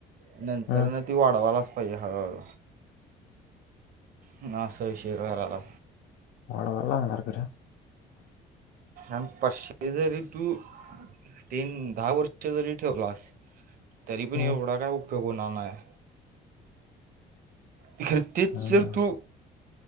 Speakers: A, on the right; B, on the left.
A: नंतर.
B: हम्म.
A: न ती वावाला अस पाहिजे. हळूहळ ह असविषे कराला.
B: वाडवाला ना करे
A: आम पाश्चेझरी तू. तीन दहा वर्ष जरी ठेवलास. तरी पण
B: हम्म.
A: एवढा काय उपयोग होणार नाही. इखर तेचर
B: हम्म.
A: तो.